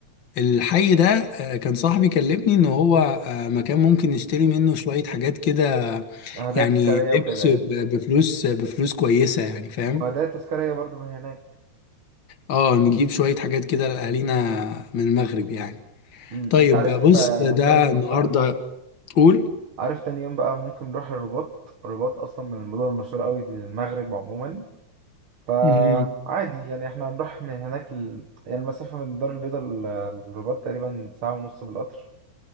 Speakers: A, on the left; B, on the right.
A: الحي ده آه، كان صاحبي كلمني ان هو آه، مكان ممكن نشتري منه شوية حاجات كده
B: هدايا
A: يعني
B: تذكاريه
A: لبس
B: وكده يعني
A: ب- بفلوس بفلوس كويسة يعني فاهم
B: وهدايا تذكاريه برضو من هناك
A: اه نجيب شوية حاجات كده لأهالينا من المغرب يعني
B: امم
A: طيب
B: انت عارف
A: آه، بص
B: آه،
A: ده
B: تاني يوم
A: النهاردة
B: بقى
A: قول
B: عارف تاني يوم بقى ممكن نروح الرباط الرباط اصلا من المدن المشهوره قوي للمغرب عموما فعادي
A: مم،
B: يعني احنا هنروح من هناك ل... يعني المسافه من الدار البيضاء لل- للرباط تقريبا ساعه ونص بالقطر